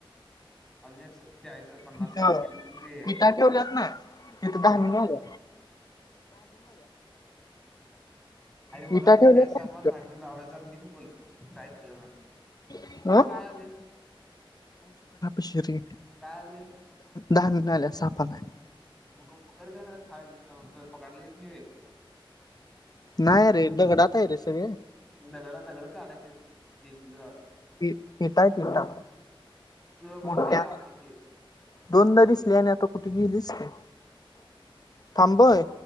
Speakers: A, in the centre; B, on the left.
A: अजून एक चाळीस पन्नास
B: तीथं
A: साठ केले म्हणजे
B: वीटा ठेवल्यात ना तिथं धार्मिक
A: हा
B: घाव
A: अरे
B: विटा
A: मगाजदरनं
B: ठेवल्यात
A: काय सहामन
B: ना
A: धा मिनिटं लावलास जरा निट बोला काय कळंना
B: तिथं
A: कुठं काय आले
B: शरी
A: काय आलय
B: धार्मिक आलीया साप आलाय
A: मग पकड जा ना खा त पकडला येत नाही वय
B: नाही रे दगडात आहे रे सगळे
A: दगडं दगडं काढायचय जिसीपी लावून
B: इटायत इटा
A: तुझा
B: मोठ्या
A: भाऊ हे आलाय की
B: दोनदा दिसली आणि आता कुठे गेलीच ते थांबय